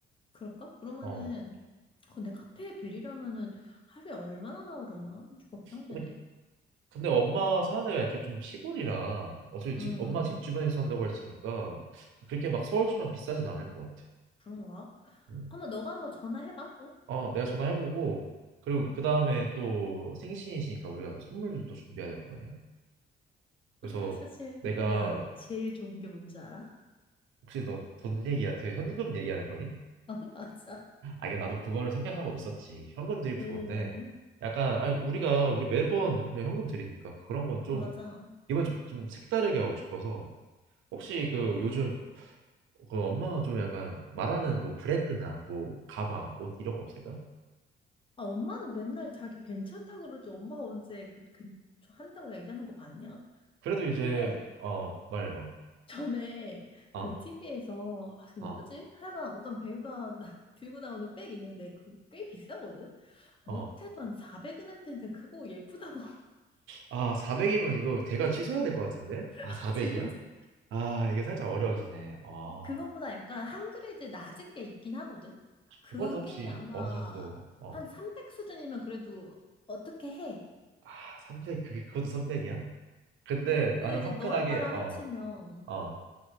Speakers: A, on the left (about 25°); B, on the right (about 80°).
A: 그럴까? 그러면은
B: 어.
A: 근데 카페에 빌리려면은 하루에 얼마나 나오려나? 좀 걱정되네.
B: 근데, 근데 엄마 사는 데가 애초에 좀 시골이라 어차피
A: 응응.
B: 집 엄마 집 주변에서 한다고 했으니까 그렇게 막 서울처럼 비싸진 않을 것 같아.
A: 그런가?
B: 음.
A: 한번 너가 한번 전화해봐 꼭.
B: 어, 내가 전화해보고 그리고
A: 어.
B: 그 다음에 또 생신이시니까 우리가 또 선물도 또 준비해야 될 거 아니야. 그래서
A: 아 사실
B: 내가
A: 야 제일 좋은 게 뭔지 알아? <laughs>
B: 혹시 너 돈 얘기야, 그 현금 얘기하는 거니?
A: 아 맞아.
B: 아 이게 나도 그거를 생각하고 있었지. 현금 드리면 좋은데
A: 음
B: 약간 아니 우리가 우리 매번 그냥 현금 드리니까 그런 건 좀
A: 맞아.
B: 이번 좀 좀 색다르게 하고 싶어서 혹시 그
A: 아,
B: 요즘 그 엄마가 좀 약간 말하는 뭐 브랜드나 뭐 가방, 옷 이런 거 없을까?
A: 아, 엄마는 맨날 자기 괜찮다고 그러지 엄마가 언제 그, 그 한다고 얘기하는 거 봤냐?
B: 그래도 이제
A: 근데
B: 어 말해봐.
A: 전에
B: 어
A: 그 TV에서 아, 그
B: 어,
A: 누구지? 하여간 어떤 배우가 <laughs> 나- 들고 나오는 백 있는데 그 꽤 비싸거든?
B: 어.
A: 못해도 한 400은 할 텐데 그거 예쁘다고
B: 아, 400이면 이거 대가 취소해야 될 것 같은데?
A: <laughs>
B: 아, 400이야?
A: 진짜
B: 아, 이게 살짝 어려워지네. 아,
A: 그거보다 약간 한 그레이드 낮은 게 있긴 하거든? 그게
B: 그거는 혹시
A: 아마
B: 어느 정도, 어,
A: 한 300 수준이면 그래도 어떻게 해?
B: 아, 300, 그게, 그것도 300이야? 근데
A: 근데
B: 나는
A: 이제
B: 화끈하게,
A: 너랑 나랑
B: 어,
A: 합치면
B: 어,